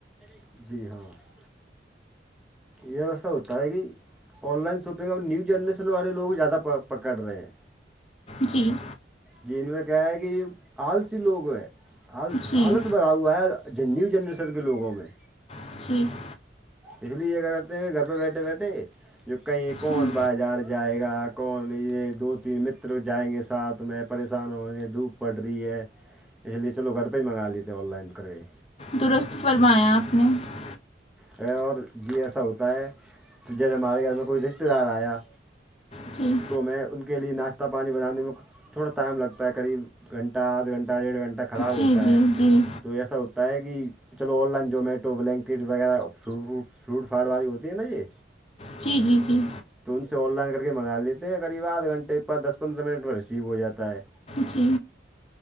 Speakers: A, in the centre; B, on the left.
A: جی جی ہاں <unintelligible> یہ ایسا ہوتا ہے کہ آن لائن شاپنگ اب نیو جنریشن والے لوگ زیادہ پ پکڑ رہے ہیں
B: جی
A: جی ان کا کیا ہے کہ یہ آلسی لوگ ہیں آل
B: جی
A: آلس بھرا ہوا ہے ج نیو جنریشن کے لوگوں میں
B: پکچی <unintelligible>
A: اس لیے یہ کیا کرتے ہیں کہ گھر پہ بیٹھے بیٹھے جو کہیں کون
B: جی
A: بازار جائے گا کون یہ دو تین متر جائیں گے ساتھ میں پریشان ہویں گے دھوپ پڑ رہی ہے اس لیے چو گھر پہ ہی منگا لیتےے آن لائن کر کے
B: درست فرمایا آپ نے <unintelligible>
A: ا اور جی ایسا ہوتا ہے تو جیسے ہمارے گھر میں کوئی رشتے دار آیا
B: جی
A: تو میں ان کے لیے ناشتہ پانی بنے میں تھوڑا ٹائم لتا ہے قب گھنٹہ آدھ گھنٹہ ڈیڑھ گھنٹہ خراب ہوتا
B: جی جی
A: ہے
B: جی
A: تو ایسا ہوتا ہے کہ چلو آن لائن زومیٹو بلینکٹ وغیرہ فرو فروٹ فاٹ والی ہوتی ہے نا یہ
B: جی جی جی
A: تو ان سے آن لائن کر کے منگا لیتے ہیں قریب آدھ گھنٹے پ دس پندرہ منٹ میں ریسیو ہو جاتا ہے
B: جی